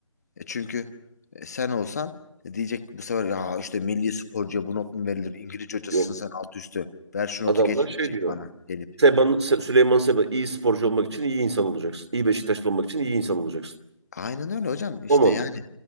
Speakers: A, on the left; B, on the right.
A: E, çünkü e, sen olsan e, diyecek bu sefer ya işte milli sporcuya bu not mu verilir? İngilizce hocasısın
B: Yok.
A: sen alt üstü. Ver şu notu
B: Adamlar
A: geç
B: şey
A: diyecek
B: diyor.
A: bana gelip.
B: Seban, Se- Süleyman Seba iyi sporcu olmak için iyi insan olacaksın. İyi Beşiktaşlı olmak için iyi insan olacaksın.
A: Aynen öyle hocam. İşte
B: O mantık.
A: yani